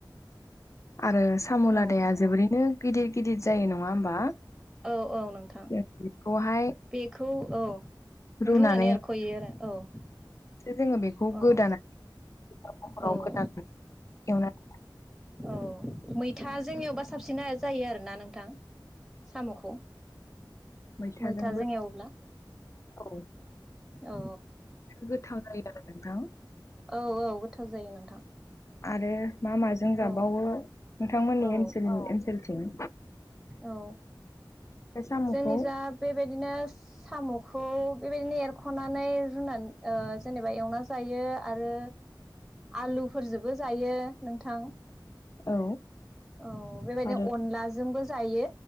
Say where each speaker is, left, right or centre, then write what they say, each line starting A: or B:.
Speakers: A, on the left; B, in the centre.
A: आरो साम'लादाया
B: औ
A: जोबोरैनो गिदिर गिदिर जायो नङा होमबा?
B: औ औ नोंथां
A: जों बेखौहाय
B: बेखौ औ।
A: रुनानैसो
B: रुनानै एरख'यो आरो औ
A: जोङो बेखौ गोदानानै
B: औ।
A: <unintelligible>
B: औ
A: एवनानै
B: औ मैथाजों एवबा साबसिन जायो आरोना नोंथां साम'खौ।
A: मैथाजोंबो
B: मैथाजों एवब्ला
A: औ
B: औ
A: गोथाव जायो आरो नोंथां।
B: औ औ गोथाव जायो नोंथां।
A: आरो मा माजों जाबावो
B: औ
A: नोंथांमोननि
B: औ
A: ओसोलनि ओनसोलथिं?
B: औ
A: बे साम'खौ
B: जोंनि जा बेबायदिनो साम'खौ बेबायदिनो एरख'नानै रुनानै जेनेबा एवना जायो। आरो आलुफोरजोंबो जायो नोंथां।
A: औ।
B: औ बेबायदिनो
A: आरो
B: अनलाजोंबो जायो।